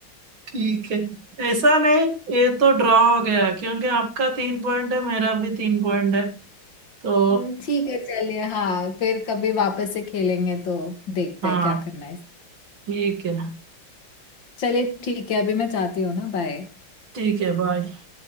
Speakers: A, on the right; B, on the left.
A: ठीक है ऐसा नहीं ये तो ड्रॉ हो गया क्योंकि आपका तीन पॉइंट है मेरा भी तीन पॉइंट है तो
B: हम्म, ठीक है चलिए हाँ फिर कभी वापस से खेलेंगे तो देखते
A: हाँ
B: हैं क्या करना है
A: ठीक है
B: चलिए ठीक है अभी मैं जाती हूँ ना बाय
A: ठीक है बाय